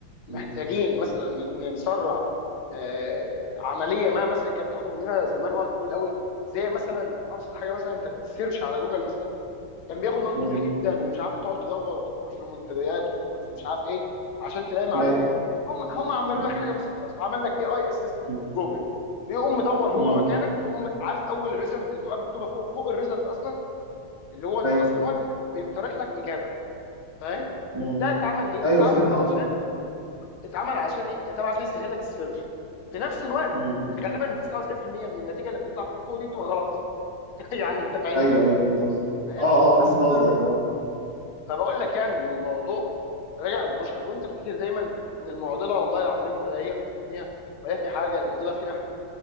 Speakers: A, on the left; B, on the right.
A: محتاجين
B: مم.
A: مثلا ان نسرع آه، عمليه ما مثلا كانت بتاخد مننا زمان وقت طويل قوي زي مثلا ابسط حاجه مثلا انت السيرش على جوجل مثلا كان بياخد وقت
B: مم.
A: طويل جدا ومش عارف تقعد تدور وتدخل في منتديات وتدخل في مش عارف ايه عشان تلاقي معلومه
B: ايوه
A: هم هم عملوا
B: مم.
A: لك حاجه بس خلاص عمل لك اي اي اسيستنت
B: مم.
A: في جوجل بيقوم مدور
B: مم.
A: هو مكانك ويقوم عارف اول ريزلت اللي تبقى مكتوبه فوق فوق الريزلت اصلا اللي هو انت
B: ايوه
A: اصلا هو بيكت- بيقترح لك اجابه فاهم
B: مم.
A: ده اتعمل ليه
B: ايوه
A: اتعمل
B: فهمت
A: علشان
B: قصدك
A: اتعمل علشان ايه اتعمل عشان يسهل لك السيرش في نفس الوقت
B: مم.
A: غالبا 99% من النتيجه اللي بتطلع في فوق دي بتبقى غلط اصلا <laughs> يعني انت فاهمني
B: ايوه ايوه فهمت قصدك
A: فاهم
B: اه اه فهمت
A: بس
B: قصدك اه
A: فبقول لك يعني ان الموضوع راجع للبشر وانت افتكر دايما ان المعضله والله العظيم ولا هي في التقنيه ولا هي في اي حاجه المعضله فينا احنا